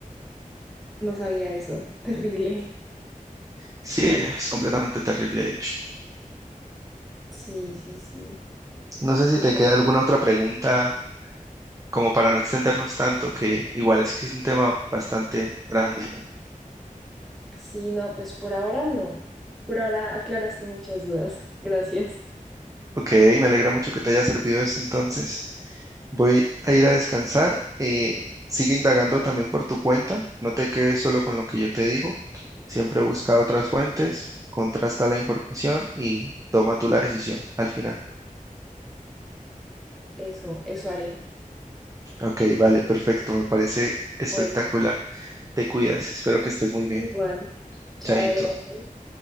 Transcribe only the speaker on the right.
Sí, es completamente terrible, de hecho.
No sé si
te queda alguna otra pregunta, como para no extendernos tanto, que igual es que es un tema bastante grande, ¿no?
Ok, me alegra mucho que te haya servido esto entonces. Voy a ir a descansar. eh, sigue indagando también por tu cuenta. No te quedes solo con lo que yo te digo. Siempre busca otras fuentes, contrasta la información y toma tú la decisión al final.
Ok, vale, perfecto. Me parece espectacular.
Te cuidas. Espero que estés muy bien.
Chaito.